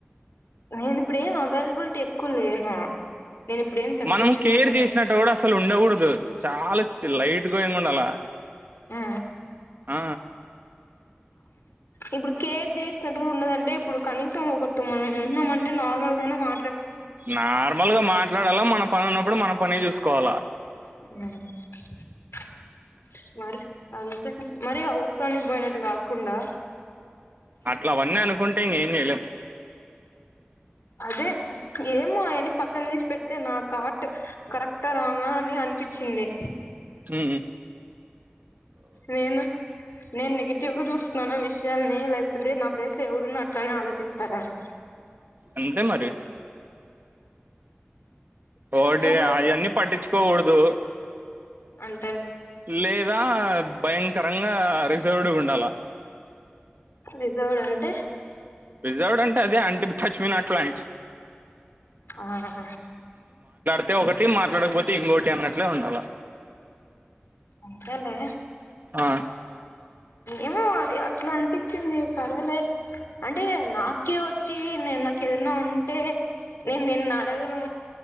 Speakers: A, on the left; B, on the right.
A: నేను ఇప్పుడ ఏం అవైలబిలిటీ ఎక్కువ లేను. నేను ఇప్పుడేం తగ్గించు
B: మనం కేర్
A: త
B: చేసినట్టు కూడా అసలు ఉండకూడదు చాలా లైట్ గోయింగ్ ఉండాల
A: ఆ
B: ఆ
A: ఇప్పుడు కేర్ చే ఉండదంటే ఇప్పుడు కనీసం కతు మ <unintelligible> ఉన్నాం అంటే నార్మల్గానే మా
B: నార్మల్గా మా <unintelligible> మనం పనున్నప్పుడు మనం పనే చూసుకోవాలా
A: <inaudible> వారి అంతేగ మరీ అవుసరానికి బోయినట్టు గాకుండా
B: అట్ల అవన్నీ అనుకుంటే ఇంగేం జేలేం
A: అదే ఏమో ఆయన్ని పక్కన తీసి పెట్ తే నా థాట్ కరెక్టా రాంగ్ ఆ అని అనిపిచ్చింది
B: ఉమ్
A: నేను నేను నెగిటివ్గా జూస్ స్నాన విష్ <unintelligible> లేక్పోతే నా ప్లేస్లో ఎవరున్నా ట్టానే ఆలోచిస్తారా అని
B: అంతే మరి వోడి
A: నువ్వు కూడా
B: ఆయన్నీ పట్టిచ్ కోకూడుదు
A: అం
B: లేదా భయంకరంగా రిజర్వ్డ్ వుండాల
A: రిజౌడ్ అంటే
B: రిజర్వ్డ్ అంటే అదే అంటే టచ్ మీ నాట్ ప్లాంట్
A: ఆహ
B: అయితే ఒకటి మాట్లాడకపోతే ఇంకోటి అన్నట్లే ఉండాల
A: అంతలే
B: ఆ
A: ఏమో అది ఇట్లా అనిపించింది సరలే అంటే నాకే వచ్చి నేను నాకు ఏదనా ఉంటే నేను నిన్న అడగను